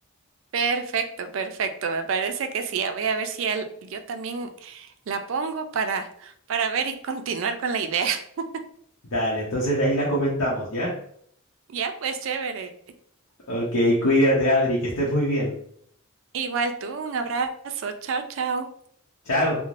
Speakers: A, on the right; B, on the left.
A: Perfecto, perfecto. Me parece que sí. Voy a ver si al- yo también la pongo para, para ver y continuar con la idea. <laughs>
B: Dale, entonces de ahí la comentamos, ¿ya?
A: Ya, pues chévere.
B: Ok, cuídate, Adri, que estés muy bien.
A: Igual tú, un abrazo. Chao, chao.
B: Chao.